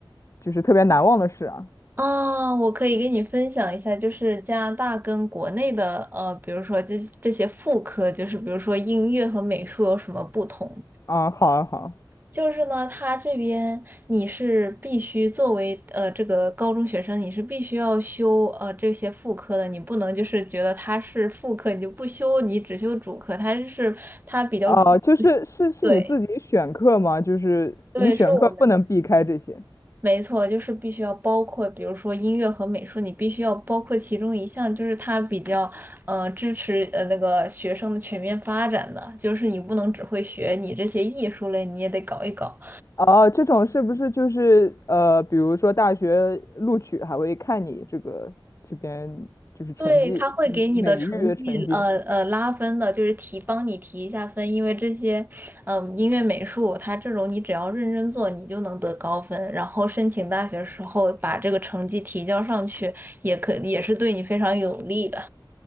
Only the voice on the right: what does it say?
啊，我可以给你分享一下，就是加拿大跟国内的，呃，比如说这这些副科，就是比如说音乐和美术有什么不同。
就是呢，他这边你是必须作为呃这个高中学生，你是必须要修呃这些副科的，你不能就是觉得它是副科你就不修，你只修主科，它是它比较注
对
对，是我们没错，就是必须要包括，比如说音乐和美术，你必须要包括其中一项，就是它比较呃支持呃那个学生的全面发展的，就是你不能只会学你这些艺术类，你也得搞一搞。
对，他会给你的成绩，
呃呃，拉分的，就是提，帮你提一下分，因为这些，嗯、音乐、美术，它这种你只要认真做，你就能得高分。然后申请大学时候把这个成绩提交上去，也可也是对你非常有利的。